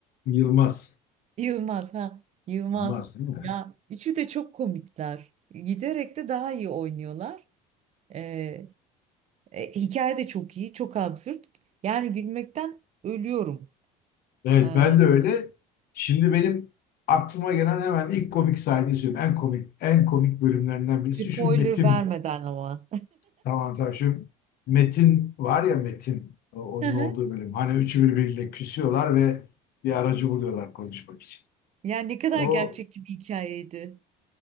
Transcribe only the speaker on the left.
Yılmaz.
Yılmaz değil mi?
Evet
ben de öyle. Şimdi benim aklıma gelen hemen ilk komik sahneyi söyleyeyim. En komik en komik bölümlerinden birisi
şu Metin.
Tamam tamam şu Metin var ya Metin o- onun
olduğu bölüm. Hani üçü birbiriyle küsüyorlar ve bir aracı buluyorlar konuşmak için.
O